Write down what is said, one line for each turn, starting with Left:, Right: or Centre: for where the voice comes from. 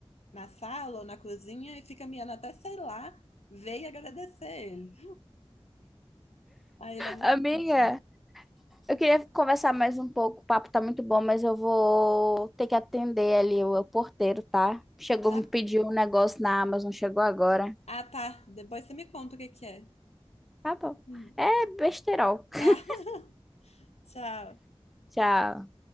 Left: na sala ou na cozinha e fica miando até, sei lá, ver e agradecer ele. Aí ele é muito
Centre: Amiga,
Left: bonitinho.
Centre: eu queria conversar mais um pouco. O papo tá muito bom, mas eu vou ter que atender ali o, o porteiro, tá? Chegou,
Left: tá
Centre: me pediu um negócio na Amazon, chegou agora.
Left: ah, tá. Depois você me conta o que que é.
Centre: Tá bom.
Left: Hum.
Centre: É besterol. <laughs>
Left: Ah, <laughs> tchau.
Centre: Tchau.